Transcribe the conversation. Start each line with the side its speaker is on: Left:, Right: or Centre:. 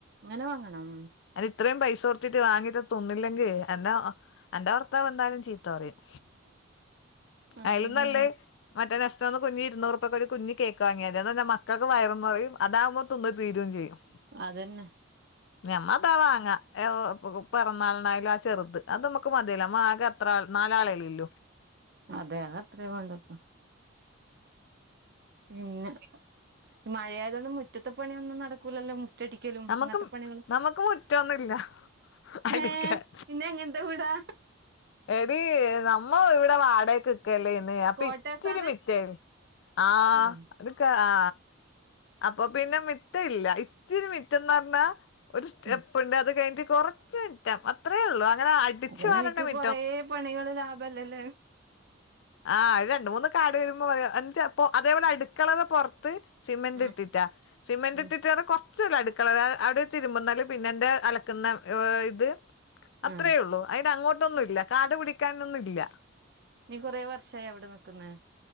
Right: അങ്ങനെ വാങ്ങണം
Left: അത് ഇത്രയും പൈസ കൊടുത്തിട്ട് വാങ്ങീട്ട് തിന്നില്ലെങ്കിയേ എന്റെ, എന്റെ ഭർത്താവ് എന്തായാലും ചീത്ത പറയും.
Right: അതന്നെ
Left: അയില് നല്ലേ മറ്റേ റസ്റ്റോറന്റിപൊയി ഇരുന്നൂറു രൂപക്ക് ഒരു കുഞ്ഞ് കേക്ക് വാങ്ങി, അതാണ് മക്കൾക്ക് വയറ്ന്നറയും അതാവുമ്പോ തിന്നി തീരയും ചെയ്യും.
Right: അതന്നെ
Left: ഞമ്മതാവാങ്ങ പെറന്നാളിന് ആയാലും ആ ചെറുത് അത് നമുക്ക് മതിയല്ലോ നമാകെ അത്ര നാലാളല്ലുല്ലു
Right: അതെ അതത്രേയേവേണ്ടൂ. പിന്നെ മഴയതൊണ്ട് മുറ്റത്തെ പണിയൊന്നും നടക്കൂലല്ലോ നമു മുറ്റടിക്കലും
Left: നമുക്ക്
Right: അങ്ങനത്തെ പണികളും
Left: നമുക്ക് മുറ്റൊന്നുല്ല അടിക്കാൻ
Right: ഏഹ് പിന്നെ എങ്ങനത്തെ വീടാ.?
Left: എടി നമ്മ ഇവിടെ വാടകയ്ക്ക് ല്ലേന്ന് അപ്പൊ
Right: കോട്ടേസാന്നെ
Left: ഇച്ചിരി മിറ്റേ ആഹ്
Right: ഉം
Left: അതക്കെ ആ.. അപ്പൊ പിന്നെമിറ്റ് മിറ്റ ഇല്ല ഇച്ചിരി മിറ്റന്ന് പറഞ്ഞാ ഒരു സ്റ്റെപ്പുണ്ട്
Right: ഉം
Left: അത് കഴിഞ്ഞിട്ട് കൊറച്ച് റ്റം അത്രേള്ളൂ അങ്ങനെ അടിച്ചു
Right: അതന്നെ
Left: വരേണ്ടമി
Right: എനിക്ക് കൊറേ പണികള് ലാഭല്ലല്ലേ?
Left: ആഹ് ഒരു രണ്ട് മൂന്ന് കാട് വരുമ്പോ പറയാ ചെപ്പൊ അതേപോലെ അടുക്കളയുടെ പൊറത്ത് സിമന്റ്
Right: ഉം
Left: ഇട്ടിട്ട. സിമെന്റ്
Right: ഉം
Left: ഇട്ടിട്ട് കുറച്ചുള് അടുക്കള അവിടെ ഇരുമ്പന്നാല് പിന്നെ എന്റെ അലക്കുന്ന ഇത് അത്രേ
Right: ആ
Left: ഉള്ളൂ, അയിന് അങ്ങോട്ടൊന്നും ഇല്ല കാടു പിടിക്കാനൊന്നും ഇല്ല.
Right: നീ കുറേ വർഷ ആയോ അവിടെ നിക്കുന്നെ?